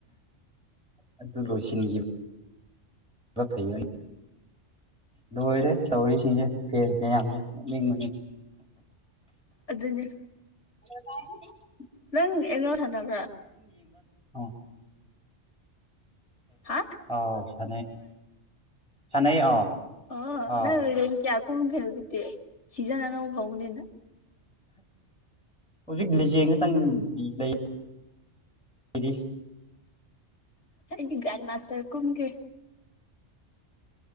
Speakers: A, in the centre; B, on the left.
A: ꯑꯗꯨ ꯂꯣꯏꯁꯤꯟꯈꯤꯕ ꯐꯩꯕꯅꯤ ꯂꯣꯏꯔꯦ ꯇꯧꯔꯤꯁꯤꯡꯁꯦ ꯁꯦꯁꯅꯦꯦꯌꯥꯝꯁꯦ ꯂꯩ ꯃꯅꯤ
B: ꯑꯗꯨꯗꯅꯦ
A: ꯍꯂꯣ ꯀꯥꯏ
B: ꯅꯪ ꯑꯦꯅꯤ ꯊꯥꯟꯗꯕ꯭ꯔ
A: ꯎꯝ
B: ꯍꯥ
A: ꯑꯥꯎ ꯁ ꯁꯅ ꯑꯥꯎ
B: ꯑ
A: ꯑꯥꯎ
B: ꯅꯪ ꯀꯌꯥ ꯀꯣ ꯈꯖꯤ ꯁꯤꯖꯟ ꯑꯅ ꯐꯥꯎꯗꯅ
A: ꯍꯧꯖꯤꯛ ꯂꯤꯖꯦꯜ ꯈꯇꯪ ꯂꯩ ꯀꯗꯤ
B: ꯗꯤ ꯒ꯭ꯔꯥꯟ ꯃꯥꯥꯁꯇꯔ ꯀꯨꯝꯒꯦ